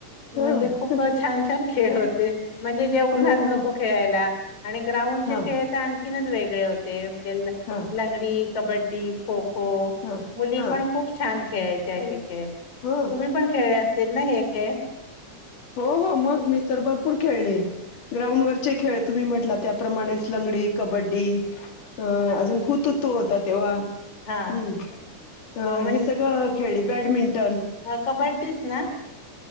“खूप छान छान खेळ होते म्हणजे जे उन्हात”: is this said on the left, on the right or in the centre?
Left